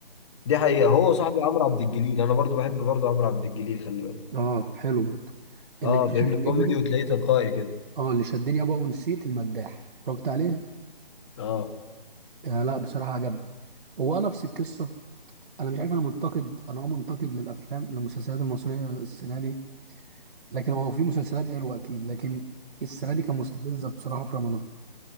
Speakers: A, on the left; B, on the right.
A: دي حقيقه هو صاحبي عمرو عبد الجليل انا برضو بحب برضو عمرو عبد الجليل خلي بالك
B: اه حلو برضه اللي
A: اه
B: جه
A: فاهمني
B: كان عجبني
A: كوميدي وتلاقيه تلقائي كده
B: اه اللي شدني ابا ونسيت المداح اتفرجت عليه
A: اه
B: آه لا بصراحة عجبني هو نفس القصة انا مش عارف انا منتقد انا اه منتقد للافلام للمسلسلات المصرية السنة دي لكن هو في مسلسلات حلوة اكيد لكن السنة دي كان مستفزة بصراحة في رمضان